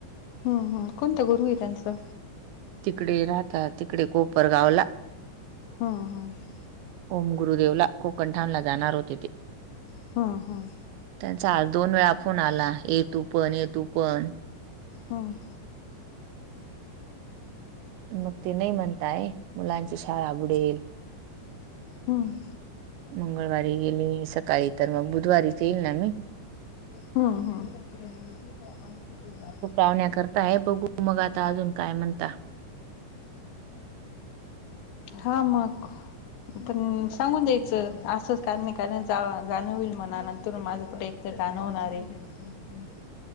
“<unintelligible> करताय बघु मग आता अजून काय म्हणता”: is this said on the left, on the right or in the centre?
Right